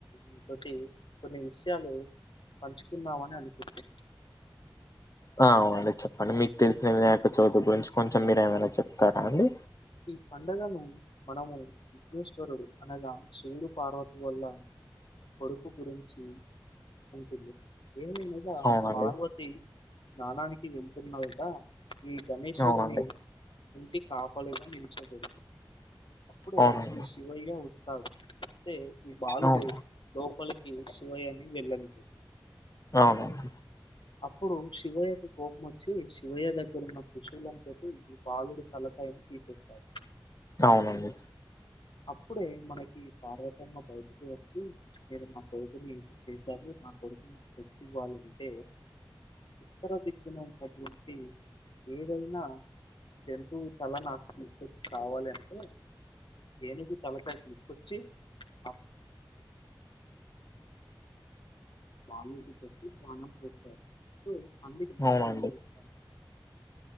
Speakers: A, on the left; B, on the left.
A: ఇంకోటి కొన్ని విషయాలు పంచుకున్నామని అనుకుంటున్న
B: అ అవునండి చెప్పండి మీకు తెలిసిన వినాయక చవితి గురించి కొంచెం మీరు ఏమైనా చెప్తారా అండి
A: ఈ పండగను మనము విఘ్నేశ్వరుడు అనగా శివుడు పార్వతి వల్ల కొడుకు గురించి ఉంటుంది ఏమి నెలా
B: అవునండి
A: పార్వతి స్నానానికి వెళ్తున్నాగా ఈ గణేషుడిని
B: అవునండి
A: ఇంటి కాపలిగా నెల్చొబేడుతుంది అప్పుడే
B: అవునండి
A: ఈ శివయ్య వస్తాడు వస్తే ఈ బాలుడు
B: అవును
A: లోపలికి కి శివ్వయనీ వెళ్ళనివ్వడు
B: అవునవును
A: అప్పుడు శివయ్యకు కోపం వచ్చి శివయ్య దగ్గర ఉన్న త్రిశూలం తోటి ఈ బాలుడు తలపైన విసురుతాడు
B: అవునండి
A: అప్పుడే మనకి పార్వతమ్మ బయటికి వచ్చి మీరు నా కొడుకుని చేసారు నా కొడుకు నాకు తెచ్చి ఇవ్వాలి అంతే ఉత్తర దిక్కున ఉన్నటువంటి ఏదైనా జంతువు తల నాకు తీసుకొచ్చి కావాలి అంతే ఏనుగు తలకాయ తీసుకొచ్చి అప్ బాలునీకి పెట్టి ప్రాణం పోస్తారు సో అందుకానే వినాయకుడు
B: అవునండి
A: అని పిలుస్తారు